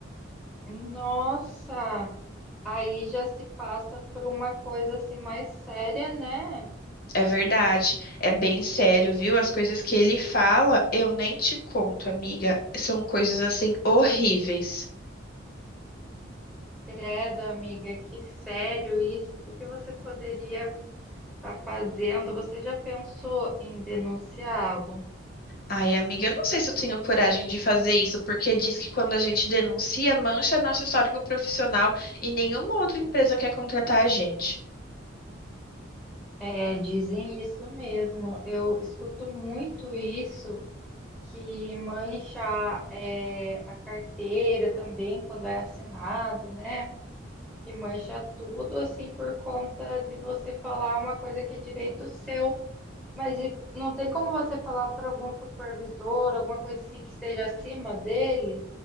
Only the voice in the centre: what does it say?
Nossa, aí já se passa por uma coisa assim mais séria, né?
Credo, amiga, que sério isso. O que que você poderia estar fazendo? Você já pensou em denunciá-lo?
É, dizem isso mesmo. Eu escuto muito isso, que mancha, é, a carteira também quando é assinado, né? Que mancha tudo assim por conta de você falar uma coisa que é direito seu. Mas e não tem como você falar para algum supervisor, alguma coisa assim que esteja acima dele?